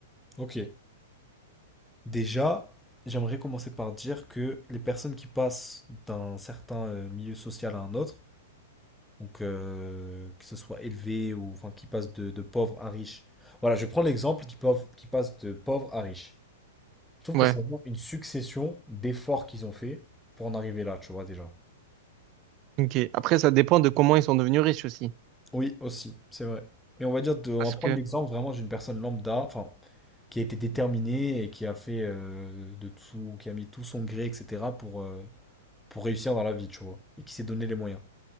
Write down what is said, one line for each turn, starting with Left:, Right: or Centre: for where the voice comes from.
Centre: Ok. Déjà, j'aimerais commencer par dire que les personnes qui passent d'un certain euh, milieu social à un autre, donc euh, que ce soit élevé ou enfin qui passent de, de pauvre à riche. Voilà, je prends l'exemple qui, pauvre- qui passe de pauvre à riche. Je trouve
Right: Ouais,
Centre: que c'est vraiment une succession d'efforts qu'ils ont fait pour en arriver là, tu vois déjà.
Right: ok. Après, ça dépend de comment ils sont devenus riches aussi.
Centre: Oui, aussi, c'est vrai. Mais on va dire de, on
Right: Parce
Centre: va prendre
Right: que,
Centre: l'exemple vraiment d'une personne lambda, enfin, qui a été déterminée et qui a fait euh, de tout, qui a mis tout son gré, etc. pour, euh, pour réussir dans la vie, tu vois, et qui s'est donné les moyens.